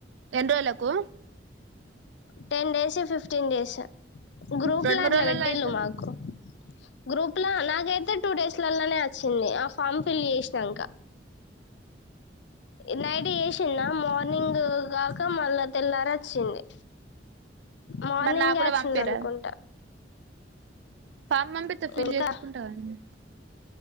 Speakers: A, on the right; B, on the left.
A: ఎన రోగలకు
B: ten days fifteen days group
A: రెండు
B: లాట్ల
A: మూడు రోజులలో
B: పెట్టటిళ్ళు
A: అయితుంది
B: మాకు గ్రూప్ నక్ నాకైతే టూ డేస్లలోనే వచ్చింది ఆ ఫామ్ ఫిల్ చేసినాక ఇదే ఏషన మర్ నింగ కాక మాల్ల తెల్లార చింది మార్నింగ్
A: మరి నాకు కూడా
B: అచ్చింది
A: పంపిరాదు
B: అనుకుంటా
A: ఫామ్ పంపిత్తా ఫిల్
B: ఇంకా
A: చేసుకుంటావనె